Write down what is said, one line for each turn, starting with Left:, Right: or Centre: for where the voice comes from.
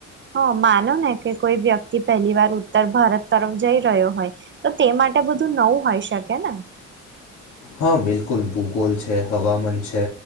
Right: હા માનો ને કે કોઈ વ્યક્તિ પહેલી વાર ઉત્તર ભારત તરફ જઈ રહ્યો હોય તો તે માટે બધું નવું હોય શકે ને.
Left: હા બિલકુલ ભૂગોલ છે હવામાન છે.